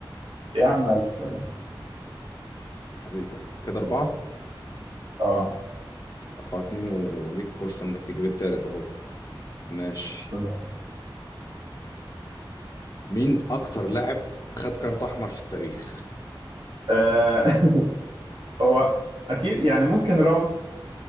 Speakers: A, on the right; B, on the left.
A: يا عم ألف سلامة
B: حبيبي يعني كده اربعة
A: أه
B: اربعة اتنين وليك فرصة انك تجيب التالت اهو ماشي
A: تمام.
B: مين اكتر لاعب خد كارت احمر في التاريخ
A: آه، <laughs> هو أكيد يعني ممكن راموس